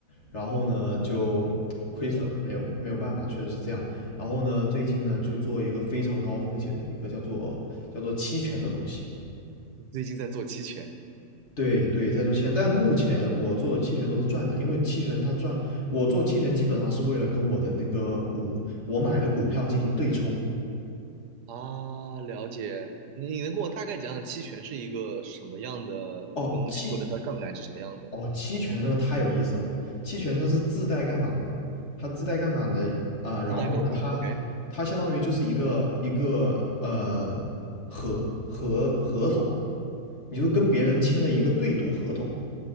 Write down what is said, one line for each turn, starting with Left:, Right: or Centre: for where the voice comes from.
Left: 然后呢就亏损了，
Right: 对，
Left: 没有没有办法，确实是这样。然后呢，最近呢就做一个非常高风险的一个叫做叫做期权的东西。
Right: 你最近在做期权
Left: 对对，在做期权，但目前我做期权都是赚的，因为期权它赚，我做期权基本上是为了跟我的那个股，我买的股票进行对冲。
Right: 啊？了解。你你能跟我大概讲讲期权是一个什么样的东西，
Left: 哦，期
Right: 或者它的杠杆是什么样的？
Left: 哦，期权呢太有意思了，期权它是自带杠杆的，它自带杠杆的啊、呃然后呢，
Right: 自带杠杆，OK，
Left: 它它相当于就是一个一个呃合合合同，你就跟别人签的一个对赌合同，